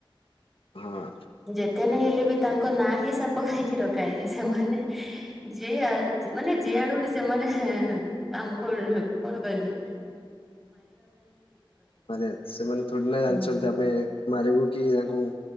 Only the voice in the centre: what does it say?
ଯେ ହତ ନା ହେଲେ ବି ତାଙ୍କ ନାଁ ହିଁ ସାପ କାହିଁକି ରଖିବ। କାଇଁ ସେମାନେ ଯେ ଆଜ ମାନେ ଯିଆଡୁ ବି ସେମାନେ ଆମକୁ କଣ କହିବେ।
ହୁଁ